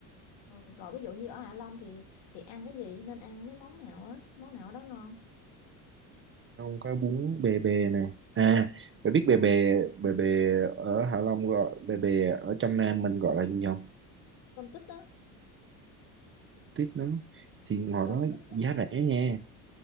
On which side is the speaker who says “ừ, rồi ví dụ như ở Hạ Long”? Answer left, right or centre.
Left